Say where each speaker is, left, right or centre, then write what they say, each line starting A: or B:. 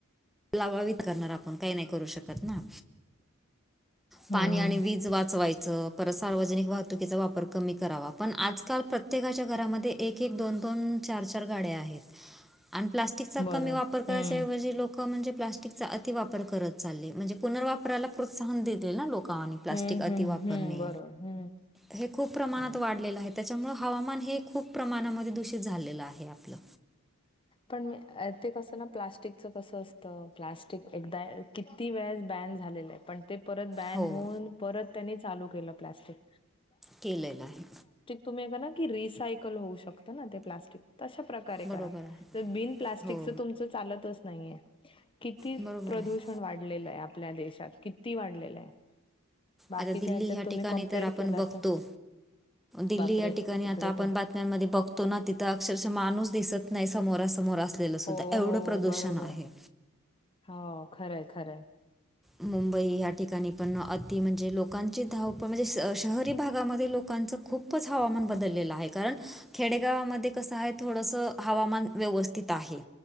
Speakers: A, in the centre; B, on the left.
A: लावावीत करणार आप आपण काही नाही करू शकत ना पाणी
B: हम्म
A: आणि वीज वाचवायचं परत सार्वजनिक वाहतुकीचा वापर कमी करावा पण आजकाल प्रत्येकाच्या घरामध्ये एक एक दोन दोन चार चार गाड्या आहेत आणि प्लास्टिकचा
B: बरोबर
A: कमी वापर करायच्या
B: हम्म
A: ऐवजी लोक म्हणजे प्लास्टिक चा अतिवापर करत चाले म्हणजे पुनर्वापराला प्रोत्साहन दिले ना लोक आणि प्लास्टिक
B: हम्म
A: अति
B: हम्म
A: वापरणे
B: हम्म बरोबर हम्म
A: हे खूप प्रमाणात
B: हम्म
A: वाढलेलं आहे त्याच्यामुंळ हवामान हे खूप प्रमाणामध्ये दूषित झालेलं आहे आपलं
B: पण ते कस ना प्लास्टिकचं कस असतं प्लास्टिक एकदा किती वेळा बॅन झालेलं आहे पण परत बॅन
A: हो
B: होऊन परत चालू केलं प्लास्टिक
A: केलेलं आहे
B: तुम्ही का ना की रिसायकल होऊ शकता ना ते प्लास्टिक तशा प्रकारे
A: बरोबर
B: करा
A: आहे
B: बिन प्लास्टिक
A: हो
B: चं तुमच चालतच नाहीय किती
A: बरोबर
B: प्रदूषण
A: आहे
B: वाढलेलं आहे आपल्या देशात किती वाढलेलं आहे बाकीच्या
A: आता दिल्ली
B: ह्याच्यात
A: ह्या
B: तुम्ही
A: ठिकाणी
B: कम्पेअर
A: तर आपण
B: केलं
A: बघतो
B: तर
A: दिल्ली
B: बापरे
A: या ठिकाणी
B: तिकडे
A: आता आपण
B: तर
A: बात म्यामध्ये बघतो ना तिथं अक्षरश माणूस दिसत नाही समोरासमोर असलेलं सुधा
B: हो
A: एवढं
B: हो
A: प्रदूषण
B: बरोबर
A: आहे
B: हो खरंय खरंय
A: मुंबई या ठिकाणी पण अति म्हणजे लोकांची धावपण म्हणजे शहरी भागामध्ये लोकांच खूपच हवामान बदललेलं आहे कारण खेडेगावामध्ये कसं आहे थोडंसं हवामान व्यवस्थित आहे